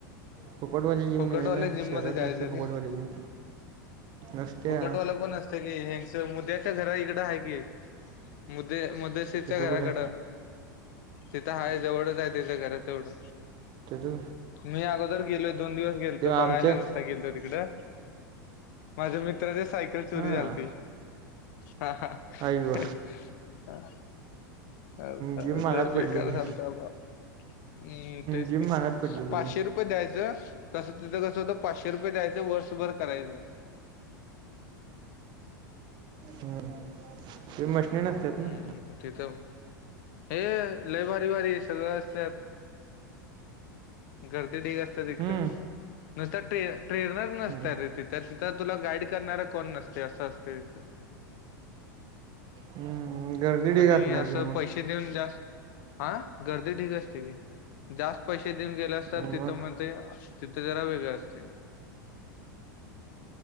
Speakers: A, on the right; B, on the left.
A: फुकटवाली जीम
B: फुकटवाल्या
A: नाही आहे ना
B: जिम
A: शहरात
B: मध्ये जायचं
A: नसत्या फुकटवाली
B: रे
A: जिम नसत्या
B: फुकटवालं पण असतं की ह्याचं मुद्याच्या घरा इकडं हाय की मुद्दे मुद्देस तिच्या
A: तिथं
B: घराकडं
A: कुठं
B: तिथं हाय जवळचं आहे त्याच्या घरा तेवढं
A: ते तु.
B: मी अगोदर गेलोय दोन दिवस गेलतो बघायला
A: आमच्या
B: नुसता गेलतो तिकडं माझ्या मित्राची सायकल चोरी
A: हां
B: झालती. हा हा
A: आई व
B: हे हा. आता
A: जिम महागात
B: लय
A: पडली
B: बेकार
A: की
B: झालतं बा हम्म तेच
A: जिम
B: की पाचश
A: महागात पडली की
B: पाचशे
A: रे.
B: रुपये द्यायचं कसं तिथं कसं होतं पाचशे रुपये द्यायचं वर्षभर करायचं.
A: हम्म ते मशनी नसत्यात
B: हम्म
A: ना.
B: तिथं हे लय भारी भारी सगळं असत्यात. गर्दी ढीग असत्या तिकडं
A: हम्म.
B: नुसता टे ट्रेनर नसत
A: हम्म.
B: रे तिथं, तिथं तुला गाईड करणारा कोण नसतयं असं असतय तिथं.
A: हम्म. गर्दी ठीक
B: आणि
A: असणार
B: असं
A: की मग
B: पैशे देऊन जास्त आ गर्दी ढीग असत्या की. जास्त पैशे देऊन गेल्या असत
A: मग
B: तिथं म्हणते तिथं जरा वेगळं असतयं. <inaudible>